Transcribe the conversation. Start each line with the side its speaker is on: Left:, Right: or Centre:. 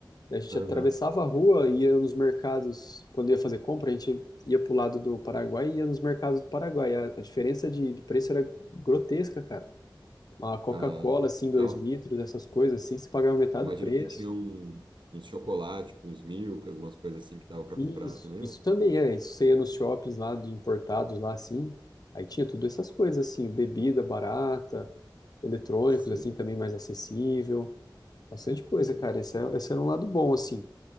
Left: Daí A gente
Right: Aham.
Left: atravessava a rua, ia nos mercados, quando ia fazer compra, a gente ia pro lado do Paraguai e ia nos mercados do Paraguai. A, a diferença de, de preço era grotesca, cara. Uma Coca-Cola,
Right: Ah,
Left: assim, dois
Right: dava-
Left: litros, essas coisas, assim, se pagava metade
Right: imagino
Left: do preço.
Right: que tinha um, uns chocolates, tipo, uns milkas, umas coisas assim que dava para
Left: isso,
Right: comprar também.
Left: isso
Right: né?
Left: também é, isso você ia nos shoppings lá, de importados lá, assim, aí tinha tudo essas coisas, assim, bebida barata... eletrônicos,
Right: Sei.
Left: assim, também mais acessível. Bastante coisa,
Right: Uhum.
Left: cara. Esse, é- esse era um lado bom, assim.